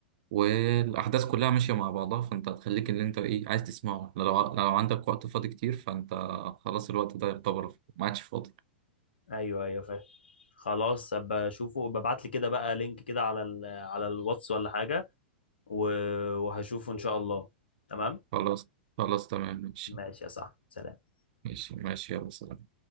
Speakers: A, on the right; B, on the left.
A: والاحداث كلها ماشيه مع بعضها فانت هتخليك اللي انت ايه عايز تسمعه لو لو عندك وقت فاضي كتير فانت خلاص الوقت ده يعتبر ما عادش فاضي
B: ايوه ايوه فاهم خلاص ابقى اشوفه ببعت لي كده بقى لينك كده على ال... على الواتس ولا حاجه و... وهشوفه ان شاء الله تمام
A: خلاص خلاص تمام ماشي
B: ماشي يا صاحبي سلام
A: ماشي ماشي يلا سلام